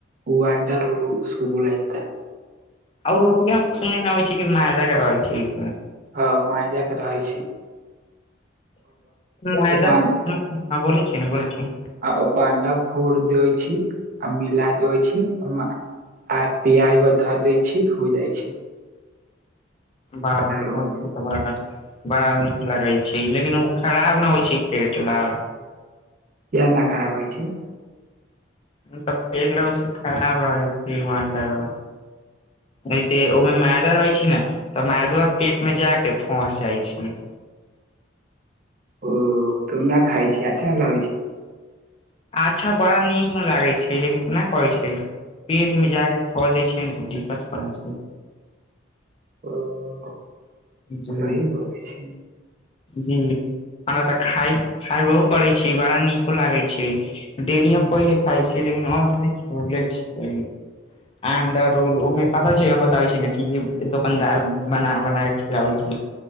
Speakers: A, on the right; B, on the left.
A: ओ अंडा रोल उसको बोला जाता है
B: औ रोटियाँ सुनै में आबय छै मैदा के रहै छियै
A: ह मैदा के रहय छैय
B: मैदा
A: ऊपर
B: हां बोले छी न बोलें छी
A: आ ओ पर आंडा फोर दैबै छी आ मिला दैबै छी आ पिआज पर घ दै छी हो जाइ छी
B: बाह
A: रोल
B: बड़ा बड़ा नीक लगे छै लेकिन ओ खराब न होइ छै पेट लऽ
A: किया न खराब होइ छै
B: त पेड़ लगै छै खराब रहै छै ओ अंडा रोल एसे ओहिमे मैदा रहै छै न तऽ मैदवा पेट मे जाके फस जाइ छै
A: ओ तो न खाइ छैय अच्छा लगै छै
B: अच्छा बड़ा नीक नु लागै छै लेकिन ना कहै छै पेट मे जाके फस जाय छै ने तऽ दिक्कत कड़ैत छै
A: ओ
B: जी
A: सही बोले छै।
B: जी आ न त खाय खायो परै छै बड़ा नीक लागै छै डेली हम
A: हँ
B: पहिले खाइ छलियै लेकिन आब नय छोड़ले छीय अंडर रोल ओहिमे कत छै हम बताबै छी ने की की दोकनदार बना बना खिआबय छी